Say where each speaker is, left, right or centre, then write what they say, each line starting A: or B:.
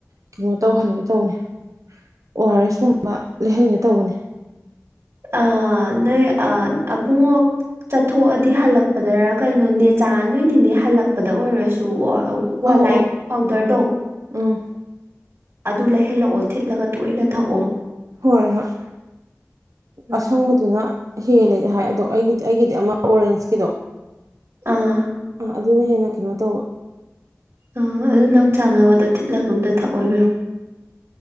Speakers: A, on the right; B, on the right.
A: ꯀꯩꯅꯣ ꯇꯧꯍꯟꯒꯦ ꯇꯧꯅꯤ ꯑꯣ ꯑꯥꯔ ꯑꯦꯁ ꯀꯨꯝꯕ ꯂꯩꯍꯟꯒꯦ ꯇꯧꯕꯅꯦ
B: ꯑ ꯅꯣꯏ ꯑꯕꯨꯡꯉꯣꯛ ꯆꯠꯊꯣꯛꯑꯗꯤ ꯍꯜꯂꯛꯄꯗꯔ ꯀꯩꯅꯣꯅꯦ ꯆꯥ ꯅꯣꯏꯅꯤꯅꯦ ꯍꯛꯄ ꯑꯣꯏꯔ
A: ꯑꯧ ꯑꯧ
B: ꯄꯥꯎꯗꯔꯗꯣ
A: ꯎꯝ
B: ꯑꯗꯨ ꯂꯩꯍꯜꯂꯛꯑꯣ ꯊꯤꯠꯂꯒ ꯇꯣꯏꯅ ꯊꯛꯑꯣ
A: ꯍꯣꯏ ꯍꯣꯏ
B: ꯎꯝ
A: ꯑꯁꯪꯕꯗꯨꯅ ꯍꯦꯂꯗꯤ ꯍꯥꯏ ꯑꯗꯣ ꯑꯩꯒꯤꯗꯤ ꯑꯩꯒꯤꯗꯤ ꯑꯃ ꯑꯣꯔꯦꯟꯁꯀꯤꯗꯣ
B: ꯑꯥ
A: ꯑꯥ ꯑꯗꯨꯅ ꯍꯦꯟꯅ ꯀꯩꯅꯣꯇꯧ
B: ꯑ ꯑꯗꯨ ꯅꯪ ꯆꯥꯟꯅꯕꯗꯣ ꯊꯤꯠꯂꯒ ꯑꯝꯇ ꯊꯛꯑꯣꯏꯕꯨ
A: ꯎꯝ